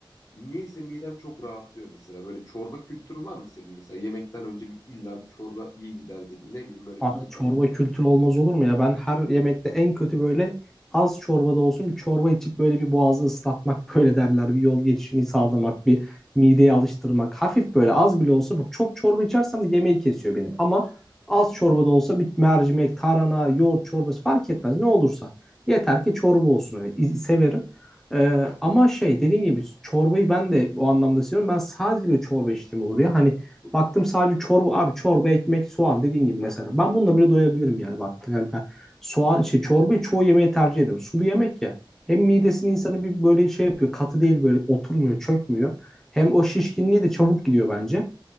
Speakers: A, on the left; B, in the centre.
A: niyeyse midem çok rahatlıyor mesela. Böyle çorba kültürün var mı senin mesela? Yemekten önce bir, illa bir çorba iyi gider dedin. Ne bileyim böyle
B: Abi
A: bir gittin.
B: çorba kültürü olmaz olur mu ya? Ben her yemekte en kötü böyle az çorbada olsun bir çorba içip böyle bir boğazı ıslatmak <laughs> böyle derler. Bir yol geçişini sağlamak, bir mideyi alıştırmak. Hafif böyle az bile olsa bak çok çorba içersem de yemeği kesiyor benim. Ama az çorbada olsa bir mercimek, tarhana, yoğurt çorbası fark etmez ne olursa. Yeter ki çorba olsun. Hani iz- severim. Ee, ama şey dediğim gibi çorbayı ben de o anlamda seviyorum. Ben sadece bir çorba içtiğim olur ya. Hani Baktım sadece çorba abi çorba, ekmek, soğan dediğin gibi mesela. Ben bununla bile doyabilirim yani baktım. Yani ben soğan şey çorbayı çoğu yemeği tercih ederim. Sulu yemek ya. Hem midesini insanı bir böyle şey yapıyor. Katı değil böyle oturmuyor, çökmüyor. Hem o şişkinliği de çabuk gidiyor bence.